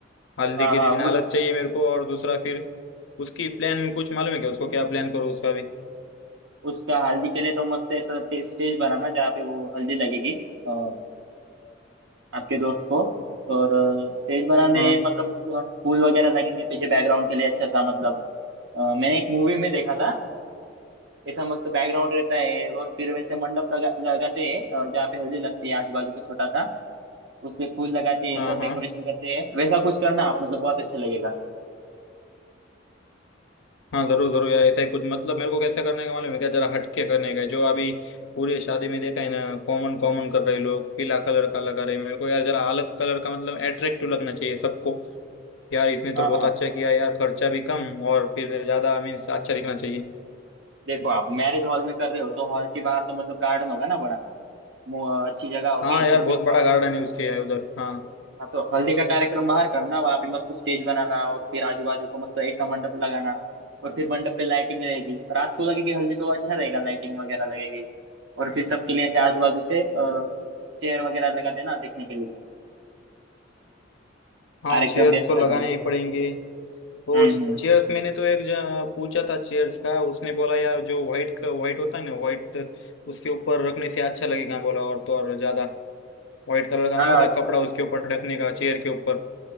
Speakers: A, on the left; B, on the right.
A: हल्दी
B: हाँ
A: के
B: हाँ
A: दिन
B: वो
A: अलग चाहिए मेरे को और दूसरा फिर उसकी प्लान कुछ मालूम है क्या उसको क्या प्लान करो उसका भी
B: उसका हल्दी के लिए तो मस्त ऐसा टे- स्टेज बनाना जहाँ पे वो हल्दी लगेगी अ, आपके दोस्त को और अ, स्टेज बनाने
A: हाँ
B: मतलब उसको फूल वगैरह लगेंगे पीछे बैकग्राउंड के लिए अच्छा सा मतलब अ, मैंने एक मूवी में देखा था ऐसा मस्त बैकग्राउंड रहता है और फिर वैसे मंडप लगा लगाते हैं अ, जहाँ पे हल्दी लगती है आजू बाजू को छोटा सा उस पे फूल लगाते हैं
A: हाँ
B: सब
A: हाँ
B: डेकोरेशन करते हैं वैसा कुछ करना आप मतलब बहुत अच्छा लगेगा
A: हाँ जरूर जरूर यार ऐसा ही कुछ मतलब मेरे को कैसा करने का मालूम है क्या जरा हटके करने का है जो अभी पूरे शादी में देखा है ना कॉमन कॉमन कर रहे लोग पीला कलर का लगा रहे मेरे को यार जरा अलग कलर का मतलब अट्रैक्टिव लगना चाहिए सबको यार इसने तो
B: हाँ
A: बहुत
B: हाँ
A: अच्छा किया यार खर्चा भी कम और फिर ज्यादा मीन्स अच्छा दिखना चाहिए
B: देखो आप मैरिज हॉल में कर रहे हो तो हॉल के बाहर तो मतलब गार्डन होगा ना बड़ा मो- अच्छी जगह होगी
A: हाँ यार
B: तो फिर
A: बहुत बड़ा
B: आप
A: गार्डन है उसके यार उधर हाँ
B: हाँ तो हल्दी का कार्यक्रम बाहर करना वहाँ पे मस्त स्टेज बनाना और फिर आजू बाजू को मस्त ऐसा मंडप लगाना और फिर मंडप पे लाइटिंग रहेगी रात को लगेगी हल्दी तो अच्छा रहेगा लाइटिंग वगैरह लगेगी और फिर सबके लिए ऐसे आजू बाजू से चेयर वगैरह लगा देना देखने के लिए
A: हाँ
B: कार्यक्रम
A: चेयर्स
B: भी अच्छा
A: तो लगाने
B: हो जाएगा
A: ही पड़ेंगे वो
B: हम्म
A: चेयर्स
B: हम्म
A: मैंने तो एक जगह पूछा था चेयर्स का उसने बोला यार जो व्हाइट का व्हाइट होता है ना व्हाइट उसके ऊपर रखने से अच्छा लगेगा बोला और तो और ज्यादा व्हाइट कलर का
B: हाँ
A: नहीं होता कपड़ा उसके ऊपर ढकने का चेयर के ऊपर